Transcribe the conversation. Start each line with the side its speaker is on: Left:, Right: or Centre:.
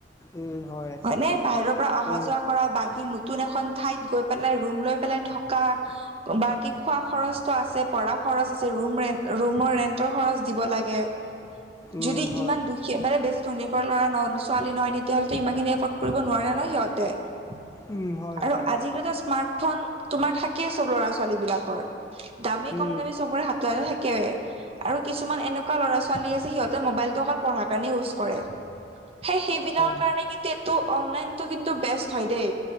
Left: উম হয়
Right: হয়নে বাহিৰৰ পৰা অহা
Left: উম
Right: যোৱা কৰা বাকী নতুন এখন ঠাইত গৈ পেলাই ৰুম লৈ পেলাই থকা বাকী খোৱা খৰচটো আছে পঢ়া খৰচ আছে ৰুম ৰেণ্ট, ৰুমৰ ৰেন্টৰ। খৰচ দিব লাগে
Left: উম
Right: যদি
Left: হয়
Right: ইমান দুখীয়া ব বেছি ধনী ঘৰৰ ল'ৰা নহলো ছোৱালী নহয় তেতিয়াহ'লেতো ইমান খিনি এফাৰ্ট কৰিব নোৱাৰে ন সিহঁতে আৰু
Left: উম হয় হয়
Right: আজিকালিটো স্মাৰ্টফোন তোমাৰ থাকেই চব ল'ৰা ছোৱালী বিলাকৰ দামী
Left: উম
Right: কম দামী চবৰে হাতে হাতে থাকে আৰু কিছুমান এনেকুৱা ল'ৰা ছোৱালী আছে সিহঁতে মোবাইলটো অকল পঢ়াৰ কাৰণে ইউজ কৰে সেই সেইবিলাকৰ
Left: হয়
Right: কাৰণে কিন্তু এইটো অনলাইনটো কিন্তু বেষ্ট হয় দেই।